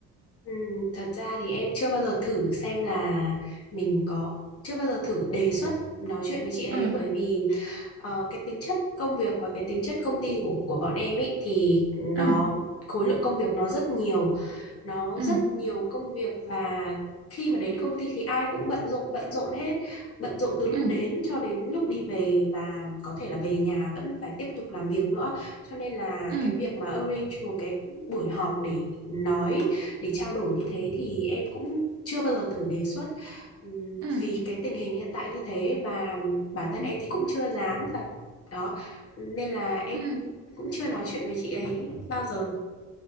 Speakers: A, on the left; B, on the right.
A: Ừm, thật ra thì em chưa bao giờ thử xem là mình có chưa bao giờ thử đề xuất nói chuyện với chị ấy
B: ừ
A: bởi vì ờ, cái tính chất công việc và cái tính chất công ty của của bọn em ấy thì nó
B: ừ
A: khối lượng công việc nó rất nhiều nó
B: ừ
A: rất nhiều công việc và khi mà đến công ty thì ai cũng bận rộn bận rộn hết bận rộn từ lúc
B: ừ
A: đến cho đến lúc đi về và có thể là về nhà vẫn phải tiếp tục làm việc nữa cho nên là
B: ừ
A: cái việc mà arrange một cái buổi họp để nói để trao đổi như thế thì em cũng chưa bao giờ thử đề xuất Ừm,
B: ừ
A: vì cái tình hình hiện tại như thế và bản thân
B: ừ
A: em thì cũng chưa dám và đó nên là em
B: ừ
A: cũng chưa nói chuyện với chị ấy bao giờ